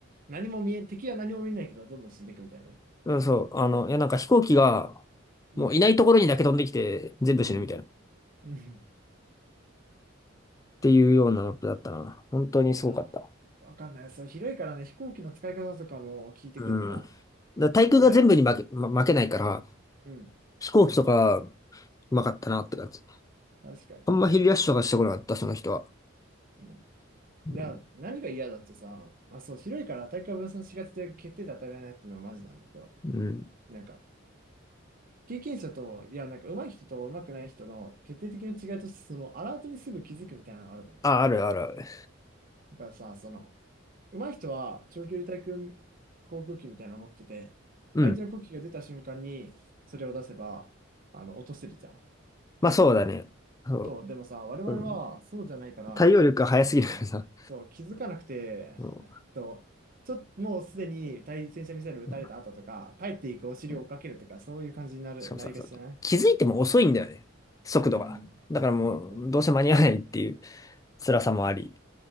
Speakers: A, on the right; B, on the left.
A: 何も見え、敵は何も見えないけど、どんどん死んでいくみたいなね。
B: うん、そう、あの、いや、なんか飛行機が、
A: うん。
B: もういないところにだけ飛んできて、全部死ぬみたいな。
A: うん。
B: っ
A: うん。
B: ていうようなマップだったな。本当にすごかった。
A: いやー、わかんない。そう、広いからね、飛行機の使い方とかも聞いてくるのか。
B: うん。だから対空が全部に負け、
A: いや、
B: ま、負けないから、
A: うん。
B: 飛行機とか、うまかったなって感じ。
A: 確かにね。
B: あんま昼休みとかしてこなかった、その人は。
A: うん。
B: うん。
A: いや、何が嫌だってさ、まあそう、広いから大会分散しがちで決定で当たられないっていうのはマジなんだけど、
B: うん。
A: なんか、経験者と、いや、なんか上手い人と上手くない人の決定的な違いとして、そのアラートにすぐ気づくみたいなのがあると思う
B: あ、あるあるある。
A: だからさ、その、上手い人は長距離対空航空機みたいなの持ってて、
B: うん。
A: 相手の国旗が出た瞬間にそれを出せば、あの、落とせるじゃん。
B: まあそうだね。そ
A: そう、でもさ、我々はそうじゃないから、
B: う。うん、対応力が早すぎるからさ。
A: あの、そう、気づかなくて、
B: うん
A: <laughs> と、ちょっと、もうすでに対戦車ミサイル撃たれた後とか、
B: うん
A: 帰っていくお尻を追っかけるとか、
B: うん
A: そういう感じになる、
B: しかもさ、
A: なりがちじゃない
B: そう気づいても遅いんだよね。速度が。
A: うん。
B: だからもう、
A: そう
B: どうせ間に合わないっていう辛さもあり。